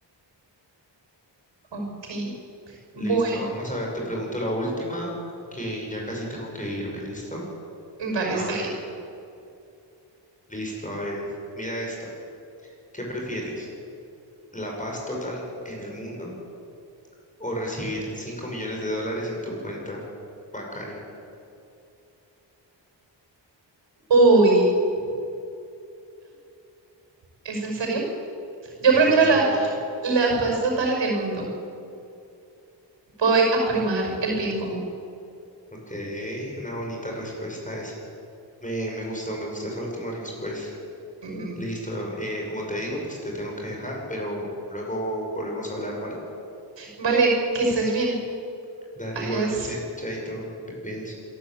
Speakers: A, on the right; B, on the left.
A: Ok, bueno,
B: Listo, vamos a ver, te pregunto la última, que ya casi tengo que irme, ¿listo?
A: vale,
B: A
A: está
B: ver,
A: bien.
B: listo, a ver, mira esta. ¿Qué prefieres? ¿La paz total en el mundo o recibir 5 millones de dólares en tu cuenta bancaria?
A: Uy, ¿es en serio? Yo
B: Es
A: prefiero
B: en serio.
A: la, la paz total en el mundo. Voy a primar el bien común.
B: Ok, una bonita respuesta esa. Me, me gustó, me gustó esa última respuesta.
A: Mm,
B: Listo, eh, como te digo, pues te tengo que dejar, pero luego volvemos a hablar, ¿vale?
A: Vale, que estés bien.
B: Dale,
A: Adiós.
B: igualmente, chaito, te cuidas.